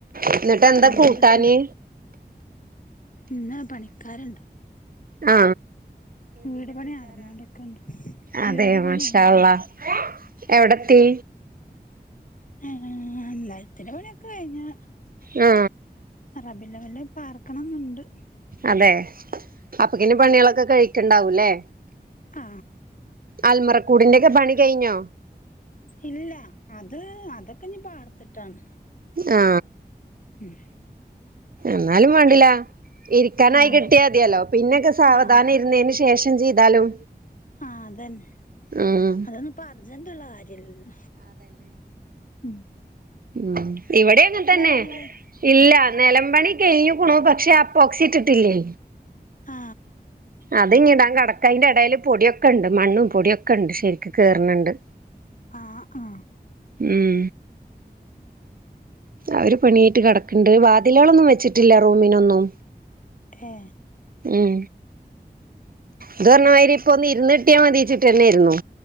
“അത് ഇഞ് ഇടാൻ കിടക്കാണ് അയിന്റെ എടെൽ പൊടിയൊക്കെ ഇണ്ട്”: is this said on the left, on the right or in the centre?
Right